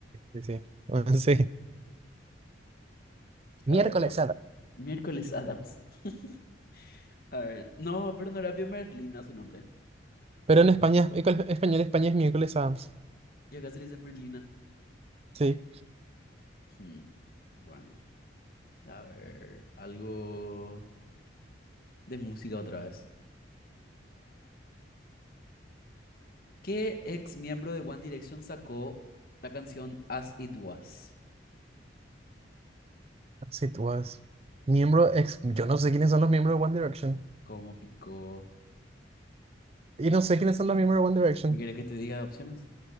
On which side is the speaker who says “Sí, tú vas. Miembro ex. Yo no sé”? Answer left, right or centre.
Right